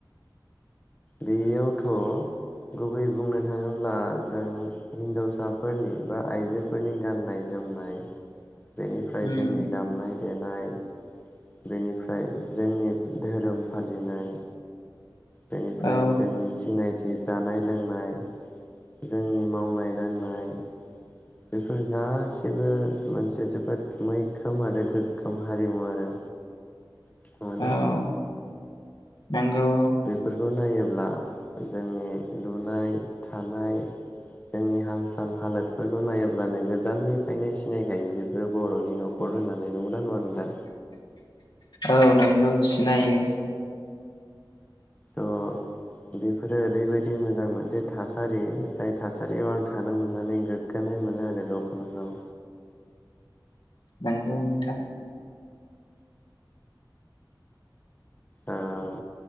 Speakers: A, on the left; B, on the left.
A: बेयावथ' गुबै बुंनो थाङोब्ला जों हिनजावसाफोरनि बा आइजोफोरनि गाननाय जोमनाय बेनिफ्राय
B: उम
A: जोंनि दामनाय देनाय बेनिफ्राय जोंनि धोरोम फालिनाय बेनिफ्राय
B: औ
A: जोंनि सिनाय थि जानाय लोंनाय जोंनि मावनाय दांनाय बेफोर गासैबो मोनसे जोबोद मैखोम आरो गोग्गोम हारिमु आरो नंगौना
B: औ नंगौ
A: बेफोरखौ नायो ब्ला जोंनि लुनाय थानाय जोंनि हाल साल हालोदफोरखौ नायोब्लानो गोजाननिफ्रायनो सिनायखायो बेफोरो बर'नि न'खर होननानै नंगौना नङा नोंथां
B: औ नंगौ सिनायो
A: थ' बेफोरो ओरैबायदि मोजां मोनसे थासारि जाय थासारियाव आं थानो मोननानै गोग्गानाय मोनो आरो गावखौनो गाव
B: नंगौ नोंथां
A: ओम